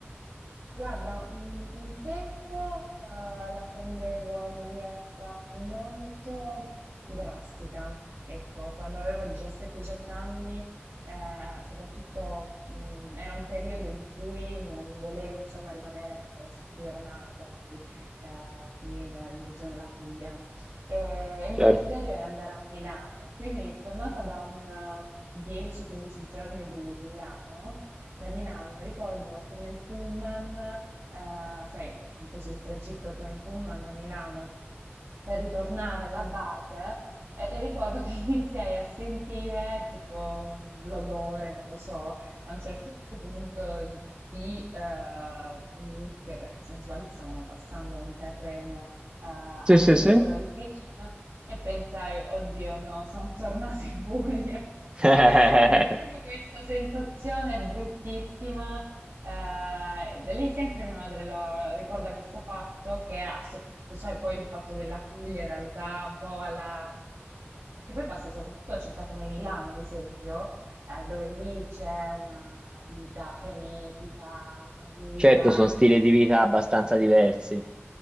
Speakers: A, on the right; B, on the right.
A: Guarda, un, un tempo eh, la prendevo in maniera molto drastica. Ecco, quando avevo 17-18 anni, eh, soprattutto mh, era un periodo in cui non volevo, insomma, rimanere nel paese in cui ero nata, quindi eh, qui nella, nella zona della Puglia. E il
B: Certo.
A: mio desiderio era andare a Milano, quindi tornata da un eh, 10-15 giorni di, di Milano, da Milano. Ricordo che nel pullman, eh, sai, perché mi feci il tragitto poi in pullman da Milano per ritornare alla base, eh, e ricordo che <laughs> iniziai a sentire tipo mh, l'odore, non lo so, a un certo punto di eh, mucche, perché se non sbaglio stavamo passando un terreno eh,
B: Sì,
A: agricolo
B: sì, sì.
A: lì vicino e pensai, oddio no, sono tornata in Puglia.
B: <laughs>
A: <laughs> Ed è proprio questa sensazione bruttissima. eh, da lì sempre mia madre lo ricorda questo fatto che associa cioè poi il fatto della Puglia in realtà un po' alla... perché poi passi soprattutto a città come Milano, ad esempio, eh, dove lì c'è una vita frenetica, movida,
B: Certo, sono
A: all'ultimo
B: stili di vita abbastanza diversi,